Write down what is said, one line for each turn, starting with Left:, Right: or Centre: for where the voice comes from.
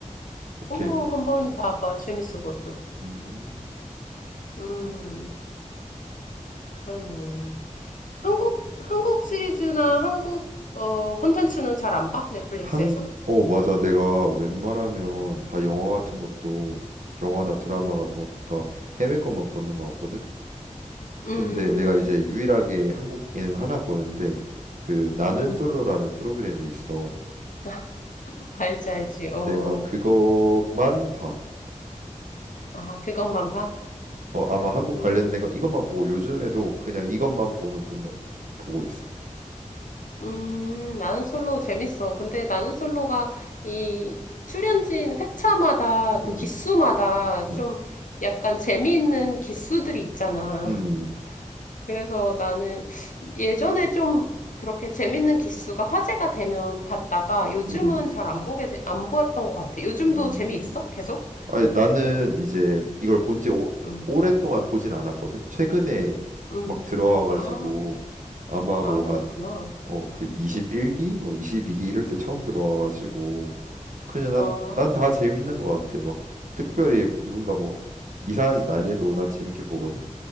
Right: 이렇게,
Left: 어, 한번 봐봐. 재밌어, 그것도.
Right: 음,
Left: 음, 음, 그러네. 한국, 한국 시리즈나 한국, 어, 콘텐츠는 잘 안 봐? 넷플릭스에서?
Right: 한, 어, 맞아. 내가 웬만하면 다 영화 같은 것도, 영화나 드라마
Left: 음,
Right: 같은 것도 다 해외 것만 보는 것 같거든?
Left: 음,
Right: 근데 내가 이제
Left: 음,
Right: 유일하게 한국 예능 하나 보는데, 그, 나는
Left: 음.
Right: 솔로라는 프로그램이 있어.
Left: <laughs> 알지, 알지. 어.
Right: 내가 그것만 봐.
Left: 아, 그것만 봐?
Right: 어, 아마 한국
Left: 응.
Right: 관련된 건 이것만 보고 요즘에도 그냥 이것만 보면 본다 보고 있어.
Left: 음, 나는 솔로 재밌어. 근데 나는 솔로가 이 출연진 회차마다 그
Right: 음,
Left: 기수마다
Right: 음,
Left: 좀 약간 재미있는 기수들이 있잖아.
Right: 음,
Left: <laughs>
Right: 음,
Left: 그래서 나는 예전에 좀 그렇게 재밌는 기수가 화제가 되면 봤다가 요즘은
Right: 음, 음.
Left: 잘 안 보게, 되- 안 보였던 것 같아. 요즘도
Right: 음.
Left: 재미있어?
Right: 음.
Left: 계속?
Right: 아니, 나는 이제 이걸 본 지
Left: 음,
Right: 오랫동안 보진 않았거든. 최근에
Left: 음.
Right: 막 들어와가지고
Left: 아, 그래.
Right: 아마
Left: 아,
Right: 뭐
Left: 그렇구나.
Right: 한 어 그 21기, 뭐 22기 이럴 때 처음 들어와가지고 그냥 난
Left: 아,
Right: 난 다 재밌는 것 같아. 막 특별히 누군가 뭐 이상한 짓 안 해도 난 재밌게 보거든.